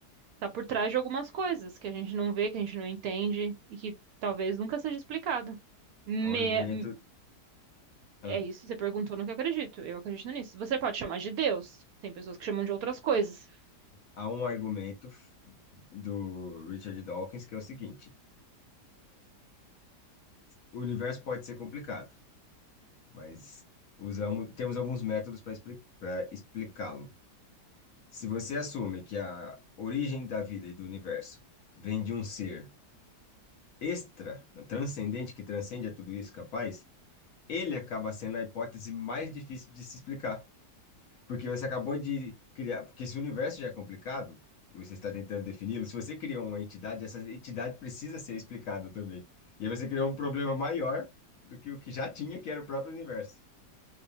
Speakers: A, on the right (about 70°); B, on the left (about 60°).
A: tá por trás de algumas coisas que a gente não vê, que a gente não entende e que talvez nunca seja explicado. Me-
B: Há um argumento, ah,
A: É isso, você perguntou no que eu acredito. Eu acredito nisso. Você pode chamar de Deus. Tem pessoas que chamam de outras coisas.
B: há um argumento do Richard Dawkins que é o seguinte: o universo pode ser complicado. mas usamos, temos alguns métodos para expli para explicá-lo. Se você assume que a origem da vida e do universo vem de um ser extra, né, transcendente, que transcende a tudo isso capaz, ele acaba sendo a hipótese mais difícil de se explicar. Porque você acabou de criar. Porque se o universo já é complicado, e você está tentando defini-lo, se você criou uma entidade, essa entidade precisa ser explicada também. E aí você criou um problema maior do que o que já tinha, que era o próprio universo.